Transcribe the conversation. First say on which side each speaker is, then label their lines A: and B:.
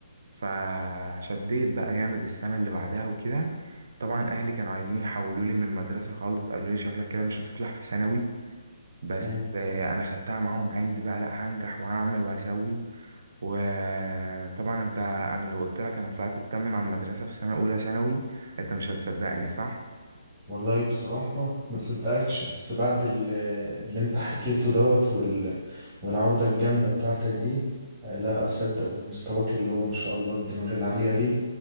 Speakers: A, on the right (about 60°); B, on the right (about 25°).
A: فشديت بقى جامد السنة اللي بعدها وكده طبعا أهلي كانوا عايزين يحولوا لي من مدرسة خالص قالوا لي شكلك كده مش هتفلح في ثانوي بس
B: مم.
A: آه، أنا خدتها معاهم عند بقى لأ هنجح وهعمل وهسوي وطبعا أنت أنا لو قلت لك أنا طلعت التامن على المدرسة في سنة أولى ثانوي أنت مش هتصدقني صح؟
B: والله بصراحه ما صدقكش بس بعد ال- اللي انت حكيته دوت وال... والعوده الجامده بتاعتك دي آه، لا اصدق مستواك اللي هو ما شاء الله الدماغ العاليه دي